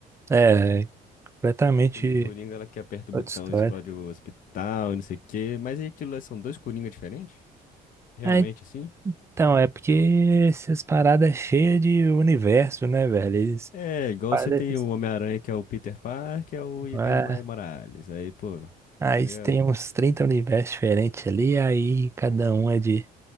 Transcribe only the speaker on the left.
E aquele Coringa lá que aperta o
botão
e explode o hospital, e não sei o quê. Mas aí aquilo lá são dois Coringa diferentes? Realmente,
assim?
É, igual
você tem
o Homem-Aranha, que é o Peter Parker, é o... e
tem o Maio Morales. Aí, pô,
tá ligado?